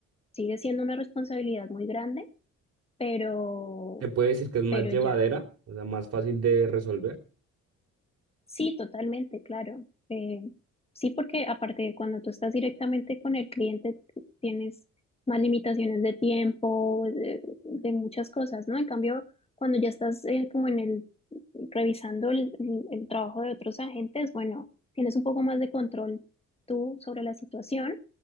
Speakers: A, on the left; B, on the right.
A: sigue siendo una responsabilidad muy grande, pero,
B: ¿Te puede decir que es más
A: pero
B: llevadera,
A: ya.
B: o sea, más fácil de resolver?
A: Sí, totalmente, claro. Eh, sí, porque aparte cuando tú estás directamente con el cliente t- tienes más limitaciones de tiempo, de, de muchas cosas, ¿no? En cambio, cuando ya estás eh, como en el revisando el, el- el trabajo de otros agentes, bueno, tienes un poco más de control tú sobre la situación